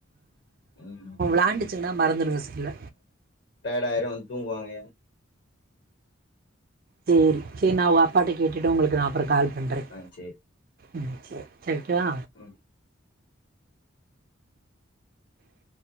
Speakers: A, on the left; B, on the right.
A: உம்
B: விளாண்டிச்சுங்கன்னா மறந்துடுங்க செல்ல
A: டயட் ஆயிரும் தூங்குவாங்க
B: சரி சரி நா வோ அப்பாட்ட கேட்டுட்டு உங்களுக்கு அப்புறம் கால் பண்ணுறேன்
A: ஆஹ் சரி
B: ம் சேரி சேரி போலா
A: ம்.
B: <inaudible>